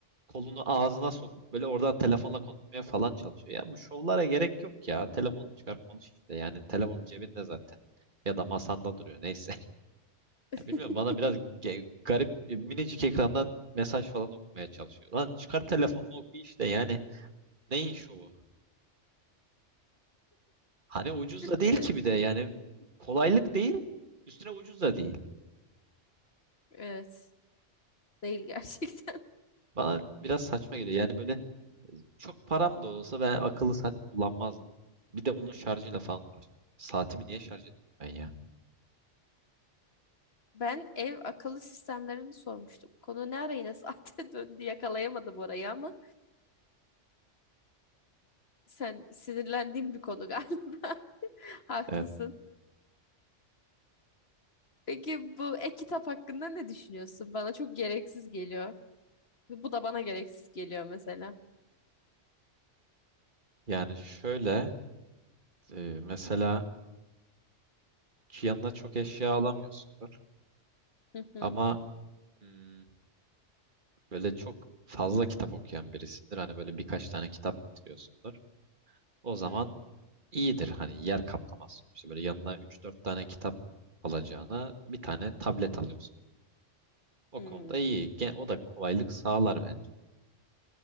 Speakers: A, on the right; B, on the left.
A: kolunu ağzına sokup böyle oradan telefonla konuşmaya falan çalışıyor. Ya bu şovlara gerek yok ya. Telefonu çıkar konuş işte. Yani telefonun cebinde zaten. Ya da masanda duruyor neyse. <laughs>
B: <laughs>
A: Ya bilmiyorum bana biraz ge- garip e, minicik ekrandan mesaj falan okumaya çalışıyor. Lan çıkar telefonunu oku işte yani. Neyin şovu? Hani ucuz da değil
B: E,
A: ki bir de yani kolaylık değil üstüne ucuz da değil.
B: Evet. Değil gerçekten.
A: Bana biraz saçma geliyor. Yani böyle Çok param da olsa ben akıllı saat kullanmazdım. Bir de onun şarjıyla falan uğraştım. Saatimi niye şarj edeyim ben ya?
B: Ben ev akıllı sistemlerini sormuştum. Konu ne ara yine saate <laughs> döndü yakalayamadım orayı ama sen sinirlendiğin bir konu galiba. <laughs> Haklısın.
A: Evet.
B: Peki bu e-kitap hakkında ne düşünüyorsun? Bana çok gereksiz geliyor. Bu da bana gereksiz geliyor mesela.
A: Yani şöyle e, mesela yanına çok eşya alamıyorsundur
B: Hı hı
A: ama hmm, böyle çok fazla kitap okuyan birisindir. Hani böyle birkaç tane kitap bitiriyorsundur. O zaman
B: hı.
A: iyidir hani yer kaplamaz sonuçta. Böyle yanına üç dört tane kitap alacağına bir tane tablet alıyorsun. O
B: Hmm.
A: konuda iyi. Gen- O da kolaylık sağlar bence.